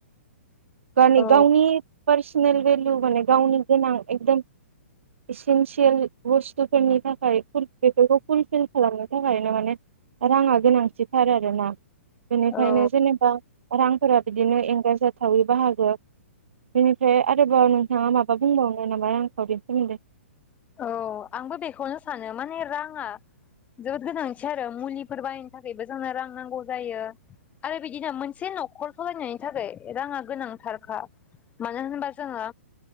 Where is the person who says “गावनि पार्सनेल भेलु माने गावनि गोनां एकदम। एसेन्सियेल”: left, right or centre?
Right